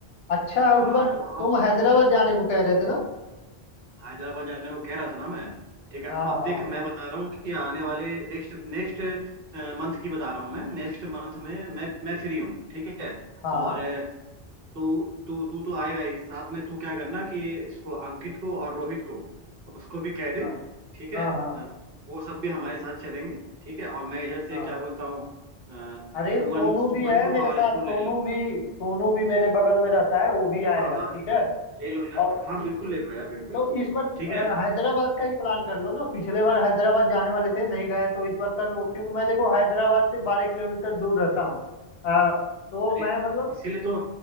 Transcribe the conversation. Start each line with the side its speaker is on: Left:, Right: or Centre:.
Left: अच्छा
Right: हाँ
Left: उस बार
Right: तो अब
Left: तुम हैदराबाद जाने को कह रहे थे ना
Right: हैदराबाद जाने को कह रहा था ना मैं ठीक है
Left: हाँ
Right: अब
Left: हाँ
Right: देख मैं बता रहा हूँ कि आने वाले नेक्स्ट नेक्स्ट मंथ की बता रहा हूँ मैं नेक्स्ट मंथ में मैं मैं फ्री हूँ ठीक है
Left: हाँ
Right: और अ, तू तू तू तो आएगा ही साथ में तू क्या करना कि इसको अंकित को और रोहित को उसको भी कह दे
Left: हाँ
Right: ठीक है
Left: हाँ हाँ
Right: अ, वो सब भी हमारे साथ चलेंगे ठीक है और मैं इधर से
Left: हाँ
Right: क्या बोलता हूँ अ,
Left: अरे
Right: सुमन
Left: सोनू
Right: सुमन
Left: भी है
Right: को
Left: मेरे
Right: और
Left: साथ
Right: इसको
Left: सोनू
Right: ले लूंगा
Left: भी सोनू भी मेरे बगल में रहता है वो भी आएगा
Right: हाँ हाँ
Left: ठीक है
Right: ले लो यार
Left: और
Right: हाँ बिल्कुल ले लो यार बिल्कुल
Left: तो इस बार अ,
Right: ठीक है
Left: हैदराबाद का ही प्लान कर लो ना पिछले बार हैदराबाद जाने वाले थे नहीं गए तो इस बार कर लो क्योंकि मैं देखो हैदराबाद से बारह किलोमीटर दूर रहता हूँ अ, तो
Right: अरे,
Left: मैं मतलब
Right: इसीलिए तो